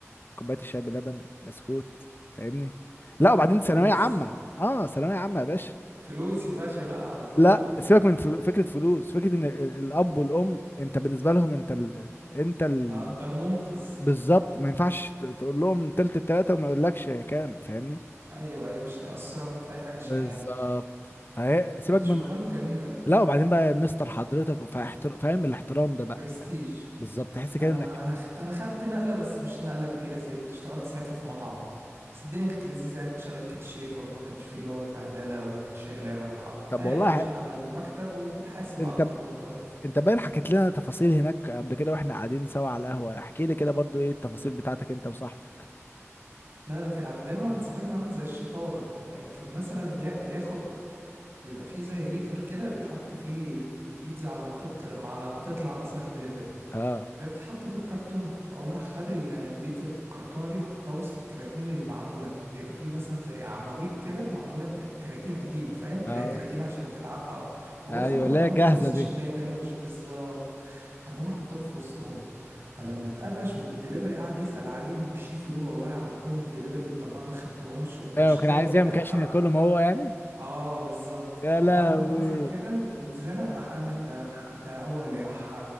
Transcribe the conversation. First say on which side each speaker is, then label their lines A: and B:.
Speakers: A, on the left; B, on the right.
A: كوبايه الشاي بلبن بسكوت فاهمني لا وبعدين
B: برنس
A: ثانويه عامه اه ثانويه عامه يا باشا
B: فلوس يا باشا بقى على طول
A: لا ايوه سيبك من فل- فكره فلوس فكره ان ال- ال- الاب والام انت بالنسبه لهم انت ال... انت ال...
B: اه انت المنقذ
A: بالظبط ما ينفعش ت- تقول لهم تلت التلاته وما يقولكش كام فاهمني
B: ايوه ايوه مش هيأثروا معاك في اي حاجة عشان
A: بالظبط
B: عياله
A: فهي سيبك
B: طب دي
A: من
B: شغلانة جميلة
A: لا وبعدين بقى مستر حضرتك فاحتر... فاهم الاحترام ده بقى
B: برستيج
A: بالظبط تحس
B: لا
A: كده
B: انا
A: انك
B: انا خ- انا خدت نقله بس مش نقله كبيره زي دي اشتغلت ساعتها في مطعم بس الدنيا كانت لذيذه يعني كنت شغال كاشير برضه ما كانش فيه اللي هو البهدله والشيلان والحط
A: طب
B: قاعد
A: والله
B: يا باشا
A: ح...
B: على المكتب وبتحاسب
A: انت
B: على طول وانت واقف
A: انت باين حكيت لنا تفاصيل هناك قبل كده واحنا قاعدين سوا على القهوه احكي لي كده برضو ايه التفاصيل بتاعتك انت وصاحبك
B: لا ده كان عندنا واحد صاحبنا عامل زي الشيطان يعني كان مثلا يا- ياخد بيبقى فيه زي هيتر كده بيتحط فيه ال- البيتزا على ما تطلع على ما تطلع مثلا ديليفري
A: اه
B: فهي بتتحط في الكرتونة فهو راح خد ال- البيتزا في الكرتونة دي وحطها وسط الكراتين المعمولة بيبقى فيه مثلا زي عواميد كده معمولة ك- كراتين قديمة فاهم اللي
A: اه
B: هي كراتين عشان تتعبى على طول هو
A: ايوه
B: خدهم حطهم
A: لا
B: في
A: جاهزه
B: الوسط
A: دي
B: عشان ما يبانوش بالظبط خدهم حطهم في وسطهم فلما اتقفش والدليفري قعد يسأل عليهم والشيف يقول والله عملتهم والدليفري يقول طب ما انا ما خدتهمش ومشكلة
A: ايوه كان عايز
B: وبتاع
A: يعمل كده عشان
B: راح
A: ياكلهم هو يعني
B: اه بالظبط
A: يا
B: فبعد
A: لهوي
B: ما حصل كده واتزنق راح قال لك ده مح- ده هو اللي راح